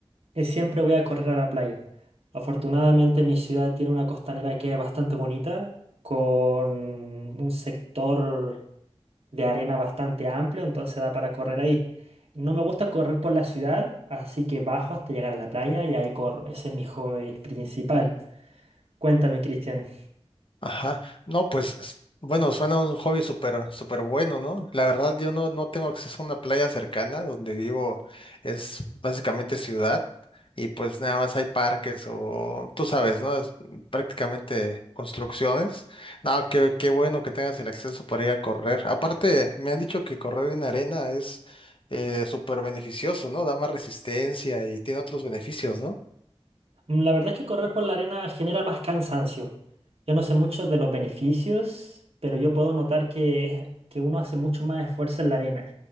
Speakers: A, on the right; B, on the left.
A: es siempre voy a correr a la playa. Afortunadamente mi ciudad tiene una costanera que es bastante bonita, con un sector de arena bastante amplio, entonces da para correr ahí. No me gusta correr por la ciudad, así que bajo hasta llegar a la playa y ahí corro. Ese es mi hobby principal. Cuéntame, Cristian.
B: Ajá, no, pues, s- bueno, suena un hobby súper, súper bueno, ¿no? La verdad, yo no, no tengo acceso a una playa cercana, donde vivo es básicamente ciudad y pues nada más hay parques o, tú sabes, ¿no? Es prácticamente construcciones. No, qué, qué bueno que tengas el acceso para ir a correr. Aparte, me han dicho que correr en arena es eh, súper beneficioso, ¿no? Da más resistencia y tiene otros beneficios, ¿no?
A: Mm, La verdad es que correr por la arena genera más cansancio. Yo no sé mucho de los beneficios, pero yo puedo notar que, es- que uno hace mucho más esfuerzo en la arena.